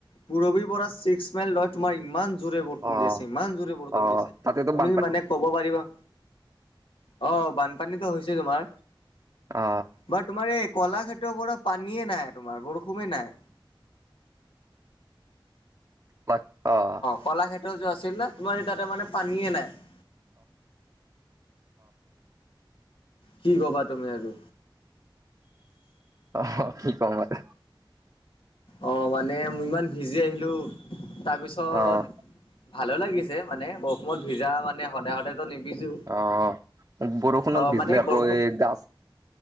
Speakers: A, on the left (about 80°); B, on the right (about 35°).
A: পুৰবি পৰা ছিক্স মাইল লয় তোমাৰ ইমান জোৰে বৰষুণ
B: অ'
A: দি আছে ইমান জোৰে বৰষুণ
B: অ'
A: দি আছে
B: তাতেতো
A: তুমি
B: বানপানী
A: মানে ক'ব পাৰিবা। অ অহ বানপানীতো হৈছে তোমাৰ।
B: অ
A: বাৰ তোমাৰ এই কলাক্ষেত্ৰৰ পৰা পানীয়ে নাই তোমাৰ বৰষুণে নাই।
B: হয় অ অ।
A: কলাক্ষেত্ৰৰ যোৱা আছিল ন তোমাৰ এতিয়া তা মানে পানীয়ে নাই। কি ক'বা তুমি আৰু
B: অ কি কম আৰু
A: অ মানে ইমান ভিজি আহিলোঁ তাৰপিছত।
B: অ'
A: ভালো লাগিছে মানে বৰষুণত ভিজা মানে সদায় সদায় ত নিভিজো।
B: অ বৰষুণত
A: অ
B: ভিজিলে
A: মানে
B: আকৌ
A: বৰষুণ
B: এই গাছ,